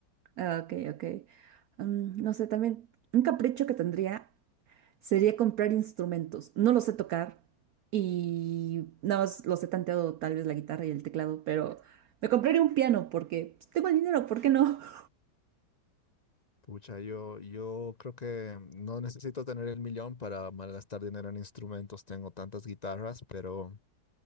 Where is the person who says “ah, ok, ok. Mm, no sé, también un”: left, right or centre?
Right